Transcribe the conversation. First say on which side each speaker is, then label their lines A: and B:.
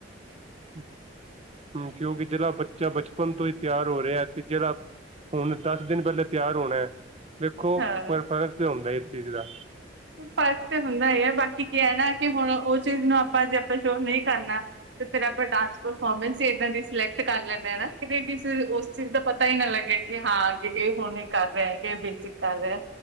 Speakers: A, on the right; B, on the right.
A: ਹੂੰ, ਕਿਉਂਕਿ ਜਿਹੜਾ ਬੱਚਾ ਬਚਪਨ ਤੋਂ ਹੀ ਤਿਆਰ ਹੋ ਰਿਹਾ ਤੇ ਜਿਹੜਾ ਹੁਣ ਦਸ ਦਿਨ ਪਹਿਲਾਂ ਤਿਆਰ ਹੋਣਾ ਐ ਦੇੇਖੋ
B: ਹਾਂ।
A: ਪਰ ਫਰਕ ਤਾਂ ਹੁੰਦਾ ਇਸ ਚੀਜ਼ ਦਾ
B: ਫਰਕ ਤੇ ਹੁੰਦਾ ਹੀ ਹੈ ਬਾਕੀ ਕੀ ਹੈਣਾ ਕਿ ਹੁਣ ਉਹ ਚੀਜ਼ ਨੂੰ ਆਪਾਂ ਜੇ ਆਪਾਂ ਸ਼ੋ ਨਹੀਂ ਕਰਨਾ ਤੇ ਫਿਰ ਆਪਾਂ ਡਾਂਸ ਪਰਫੋਰਮੈਂਸ ਈ ਏਦਾਂ ਦੀ ਸਿਲੈਕਟ ਕਰ ਲੈਂਣੇ ਆ ਨਾ ਬਹੀਏ ਕਿਸੇ ਉਸ ਚੀਜ਼ ਦਾ ਪਤਾ ਹੀ ਨਾ ਲੱਗਿਆ ਕਿ ਹਾਂ ਕਿ ਇਹ ਹੁਣ ਇਹ ਕਰ ਰਿਹਾ ਕਿ ਇਹ ਬੇਸਿਕ ਕਰ ਰਿਹਾ